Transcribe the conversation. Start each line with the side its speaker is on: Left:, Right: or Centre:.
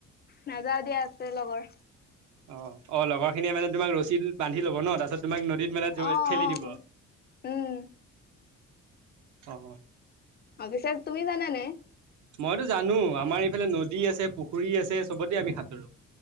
Left: নাযাও দিয়া আছে লগৰ।
Right: অ অ লগৰ খিনিয়ে মানে তোমাক ৰচী বান্ধি ল'ব ন তাপাছত তোমাক। পানীত মানে
Left: অ
Right: ঠেলি
Left: অ
Right: দিব।
Left: উম
Right: অ।
Left: অভিশাস তুমি জানানে।
Right: মইতো জানো আমাৰ এইফালে নদী আছে পুখুৰী আছে সবতে আমি সাঁতো।